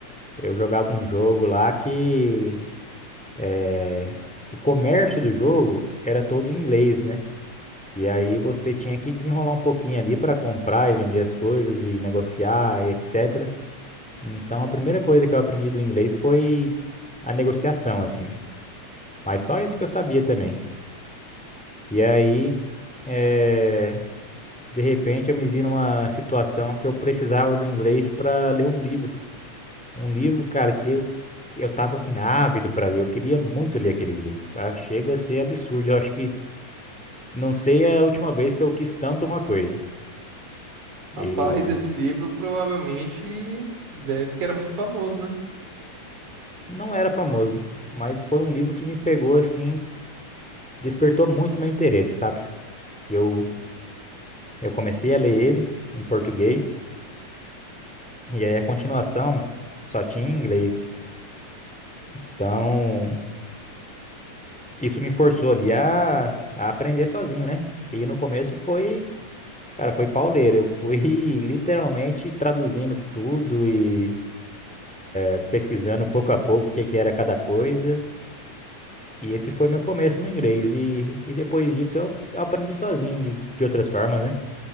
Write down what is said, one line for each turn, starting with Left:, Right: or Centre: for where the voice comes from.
Centre: Eu jogava um jogo lá que eh, o comércio do jogo era todo em inglês, né? E aí você tinha que desenrolar um pouquinho ali para comprar e vender as coisas e negociar e etc. Então a primeira coisa que eu aprendi do inglês foi a negociação, assim. Mas só isso que eu sabia também. E aí, eh, de repente, eu me vi numa situação que eu precisava do inglês para ler um livro. Um livro, cara, que eu, eu tava assim, ávido pra ler. Eu queria muito ler aquele livro. Ah, chega a ser absurdo. Eu acho que não sei é a última vez que eu quis tanto uma coisa. E
Right: Rapaz, esse livro provavelmente deve que era muito famoso, né?
Centre: não era famoso, mas foi um livro que me pegou assim, despertou muito meu interesse, sabe? Eu, eu comecei a ler ele em português, e aí a continuação só tinha em inglês. Então, isso me forçou ali a, a aprender sozinho, né? E no começo foi. Cara, foi pauleira. Eu fui <laughs> literalmente traduzindo tudo e eh, pesquisando pouco a pouco o que que era cada coisa. E esse foi meu começo no inglês. E, e depois disso eu, eu aprendi sozinho de, de outras formas, né?